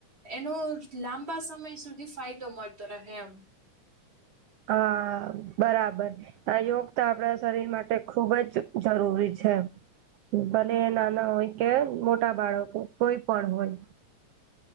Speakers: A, on the right; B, on the right.
A: એનો લાંબા સમય સુધી ફાયદો મળતો રહે એમ
B: હા બરાબર આ યોગ તો આપડા શરીર માટે ખૂબ જ જરૂરી છે. ભને નાના હોય કે મોટા બાળકો કોઈ પણ હોય